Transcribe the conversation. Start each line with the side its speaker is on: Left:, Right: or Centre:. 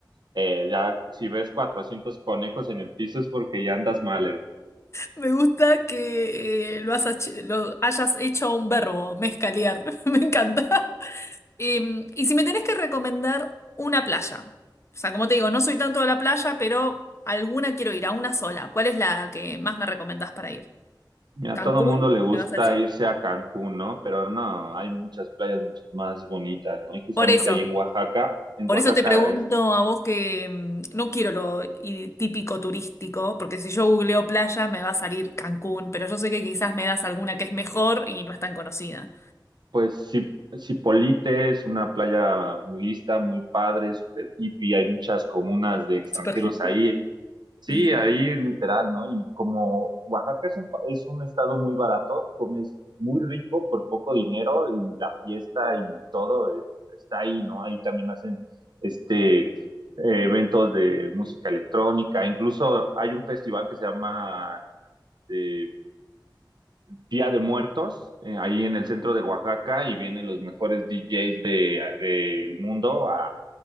Right: eh, ya si ves cuatrocientos conejos en el piso es porque ya andas mal, hermano.
Left: Me gusta que eh, lo, has hecho- lo hayas hecho un verbo, mezcalear. <laughs> Me encanta. Eh, y si me tenés que recomendar una playa, o sea, como te digo, no soy tanto de la playa, pero alguna quiero ir, a una sola. ¿Cuál es la que más me recomendás para ir?
Right: Mira,
Left: ¿Cancún?
Right: a todo mundo le gusta
Left: ¿Me vas a decir?
Right: irse a Cancún, ¿no? Pero no, hay muchas playas muchas más bonitas, ¿no? Y justamente
Left: Por eso,
Right: ahí en Oaxaca, en
Left: por
Right: Oaxaca
Left: eso te pregunto a vos que mm, no quiero lo i- típico turístico, porque si yo googleo playa me va a salir Cancún, pero yo sé que quizás me das alguna que es mejor y no es tan conocida.
Right: Pues Ci- Cipolite es una playa nudista muy padre, super hippie, hay muchas comunas de extranjeros
Left: Super hippie.
Right: ahí. Sí,
Left: Sí,
Right: ahí literal, ¿no? Y como Oaxaca es un, pa- es un estado muy barato, comes muy rico por poco dinero y la fiesta y todo eh, está ahí, ¿no? Ahí también hacen este eh, eventos de música electrónica, incluso hay un festival que se llama eh, Día de Muertos, eh, ahí en el centro de Oaxaca, y vienen los mejores DJs de, del mundo a,